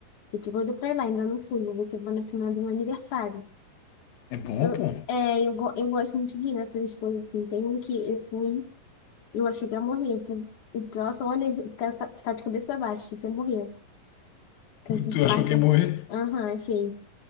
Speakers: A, on the left; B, on the left.
A: Eu tô doida pra ir lá, ainda não fui, vou ver se eu vou na semana do meu aniversário.
B: É bom,
A: Eu,
B: pô.
A: é, eu, go- eu gosto muito de ir nessas coisas assim. Tem um que eu fui, eu achei que ia morrer. Que, e troço, olha, ficar ficar de cabeça pra baixo, achei que ia morrer. Com esses
B: Tu
A: parques.
B: achou que ia morrer?
A: Aham, achei.